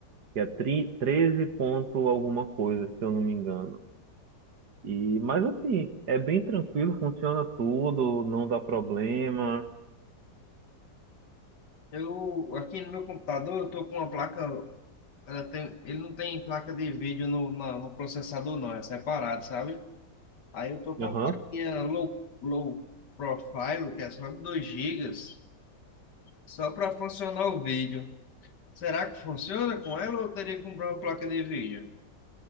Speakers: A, on the right; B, on the left.
A: que é tri, 13 ponto alguma coisa, se eu não me engano. E, mas assim, é bem tranquilo, funciona tudo, não dá problema.
B: Eu, aqui no meu computador, eu tô com uma placa, ela tem, ele não tem placa de vídeo no, na- no processador, não, é separado, sabe? Aí eu tô com
A: Aham.
B: uma plaquinha low, low profile, que é só de 2 gigas só para funcionar o vídeo. Será que funciona com ela ou eu teria que comprar uma placa de vídeo?